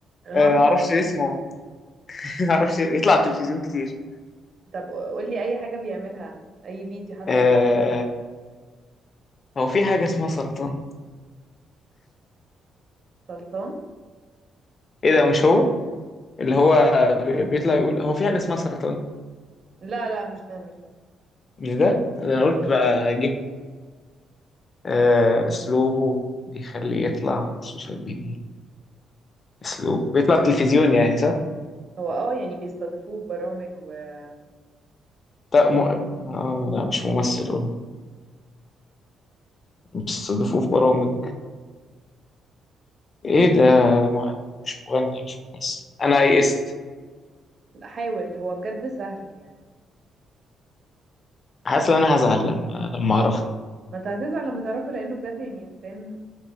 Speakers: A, on the right; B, on the left.
A: أنا
B: آه،
A: هو عمال
B: معرفش اسمه <laughs> معرفش يطلع على التلفزيون كتير
A: طب قول لي اي حاجة بيعملها اي فيديو حتى
B: آه
A: اي
B: هو في حاجة اسمها سرطان
A: سلطان
B: ايه ده مش هو اللي هو بي- بيطلع يقول هو في حاجة اسمها سرطان
A: لا لا مش ده مش ده
B: مش ده ده انا قلت بقى جبت آه، اسلوبه بيخليه يطلع سوشيال ميديا اسلوب بيطلع تلفزيون يعني صح؟
A: هو اه يعني بيستضيفوه ببرامج و- وحاجات
B: لا م... آه لا مش ممثل قلنا بيستضيفوه في برامج ايه ده م... مش مغني مش ممثل انا يئست
A: لا، حاول هو بجد سهل يعني
B: حاسس ان انا هزعل لما لما اعرفه
A: ما انت هتزعل لما تعرفه لانه بجد يعني انسان